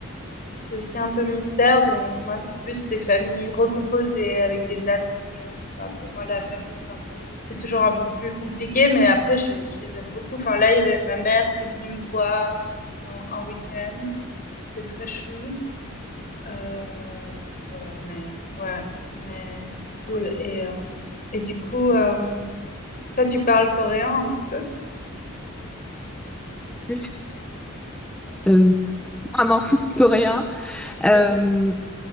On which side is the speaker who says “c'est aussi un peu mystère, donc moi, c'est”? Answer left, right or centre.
Left